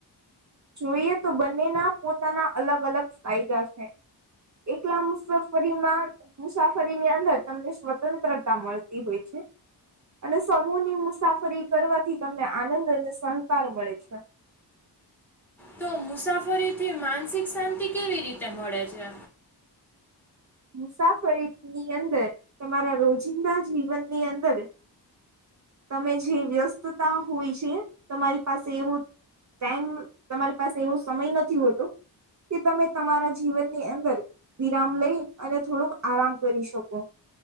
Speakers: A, on the right; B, in the centre.
A: જોઈએ તો બંનેના પોતાના અલગ અલગ ફાયદા છે. એકલા મુસાફરીમાં મુસાફરીની અંદર તમને સ્વતંત્રતા મળતી હોય છે. અને સમૂહની મુસાફરી કરવાથી તમને આનંદ અને સહકાર મળે છે.
B: તો મુસાફરીથી માનસિક શાંતિ કેવી રીતે મળે છે.
A: મુસાફરીની અંદર તમારા રોજિંદા જીવનની અંદર તમે જે વ્યસ્તતા હોય છે, તમારી પાસે એવું ટાઈમ તમારી પાસે એવો સમય નથી હોતો. કે તમે તમારા જીવનની અંદર વિરામ લઈ અને થોડુંક આરામ કરી શકો